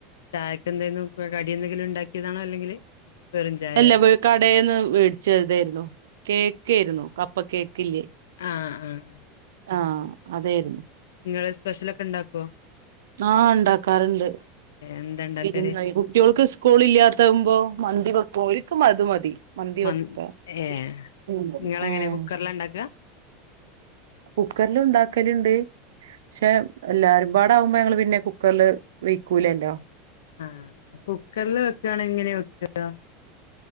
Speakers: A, on the left; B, on the right.
A: ചായക്കെന്തെലും കടി എന്തെങ്കിലും ഉണ്ടാക്കിയതാണോ അല്ലെങ്കില് വെറും ചായയോ
B: അല്ല കടേന്ന് വേടിച്ചതേയിരുന്നു കേക്കേയിരുന്നു കപ്പ് കേക്കില്ലേ
A: ആഹ് ആഹ്
B: ആഹ് അതേയിരുന്നു
A: നിങ്ങള് സ്പെഷ്യലൊക്കെണ്ടാക്കോ?
B: ആഹ് ഇണ്ടാക്കാറുണ്ട്
A: എന്താ ഉണ്ടാക്കല്
B: വിടുന്നോയി കുട്ട്യാൾക്ക് സ്കൂൾ ഇല്ലാത്തമ്പോ മന്തി വെക്കും ഓരിക്കും അത് മതി മന്തി
A: മന്
B: വെപ്പാ
A: ഏഹ്
B: ഉം
A: നിങ്ങളെങ്ങനെ
B: ആഹ്
A: കുക്കറില ഉണ്ടാക്കുക
B: കുക്കർലുണ്ടാക്കല്ണ്ട് പക്ഷെ എല്ലാരുംപാടാകുമ്പോ ഞങ്ങള് പിന്നെ കുക്കറില് വെയ്ക്കൂലല്ലോ
A: ആഹ് കുക്കറില് വെക്കാണെ എങ്ങനെയ വെക്കാ